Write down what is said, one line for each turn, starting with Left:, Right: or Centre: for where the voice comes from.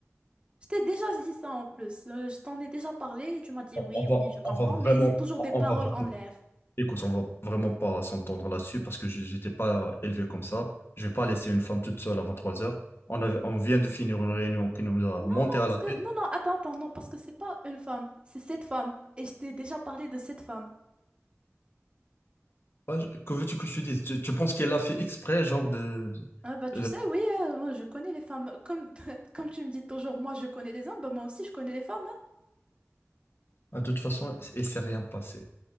Right: Je t'ai déjà dit ça en plus. Euh, Je t'en ai déjà parlé et tu m'as dit
Left: on
Right: oui,
Left: on va,
Right: oui, je comprends,
Left: on va vraiment,
Right: mais c'est toujours
Left: on
Right: des paroles
Left: va,
Right: en l'air.
Left: écoute, on va vraiment pas s'entendre là-dessus parce que je- j'étais pas élevé comme ça. Je vais pas laisser une femme toute seule à trois heures. On avait- on vient de finir une réunion qui nous a
Right: Non,
Left: monté
Right: non,
Left: à
Right: parce
Left: la
Right: que,
Left: tête.
Right: non, non, attends, attends, non, parce que c'est pas une femme, c'est cette femme. Et je t'ai déjà parlé de cette femme.
Left: Ouais, je- Que veux-tu que je te dise? Tu, tu penses qu'elle a fait exprès, genre de,
Right: Ah bah tu
Left: de-
Right: sais,
Left: de-
Right: oui, euh, moi, je connais les femmes. Comme, <laughs> comme tu me dis toujours, moi je connais les hommes, bah moi aussi je connais les femmes.
Left: Ah, de toute façon, il s'est rien passé.